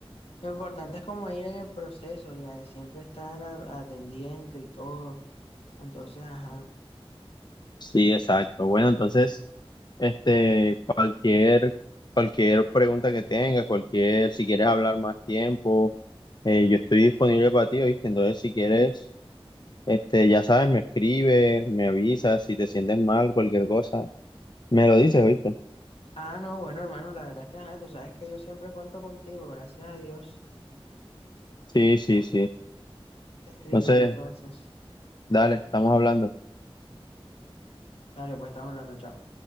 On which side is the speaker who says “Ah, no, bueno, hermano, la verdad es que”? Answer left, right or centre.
Left